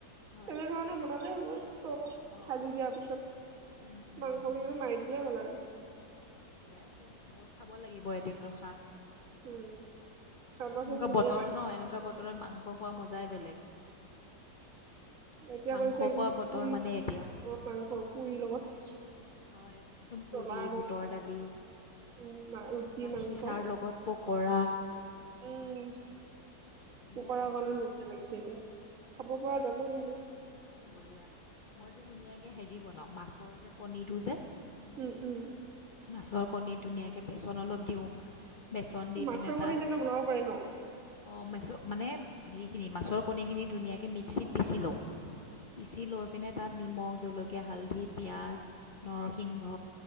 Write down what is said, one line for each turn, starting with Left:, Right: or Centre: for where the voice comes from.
Left: হয়
Right: তেনেধৰণে বনালেই হ'ব। ত ভাজি
Left: অঁ
Right: দিয়াৰ পিছত
Left: উম, উম,
Right: মাংসখিনিতো মাৰি দিলে হ'ল আৰু
Left: ঠিকে আছে বাৰু খাব লাগিব এদিন ৰখা।
Right: উম চাবাচোন
Left: এনকুৱা
Right: ধুনীয়া
Left: বতৰ
Right: লাগে
Left: ন' এনকুৱা বতৰত মাংস খোৱা মজাই বেলেগ।
Right: এতিয়া
Left: মাংস
Right: কৈছে একদম
Left: খোৱা বতৰ
Right: পুৰি
Left: মানে এতিয়া
Right: অঁ মাংস পুৰি লগত।
Left: হয়। একদম
Right: জ্বলা
Left: পুৰি,
Right: কৰি
Left: বুটৰ দালি,
Right: উম ৰুটি
Left: গাখীৰ
Right: মাংস
Left: চাৰ লগত পকৰা,
Right: উম।
Left: ধুনীয়া
Right: পকৰা
Left: লাগে
Right: কাৰণে
Left: খাই
Right: লোভে লাগিছে এতিয়া, খাব পৰা যাব কিন্তু
Left: বঢ়িয়া। মইতো ধুনীয়াকৈ হেৰি বনাওঁ, মাছৰ যে কণীটো যে
Right: উম, উম।
Left: মাছৰ কণীত ধুনীয়াকে বেচন অলপ দিওঁ বেচন
Right: এই
Left: দি
Right: মাছৰ
Left: পিনে
Right: কণী
Left: তাত
Right: তেনেকে বনাব পাৰে ন
Left: অঁ মেছ মানে হেৰিখিনি মাছৰ কণীখিনি ধুনীয়াকৈ মিক্সিত পিচি লওঁ। পিচি লৈ পিনে তাত, শ নিমখ, জলকীয়া, হালধি পিঁয়াজ, নৰসিংহ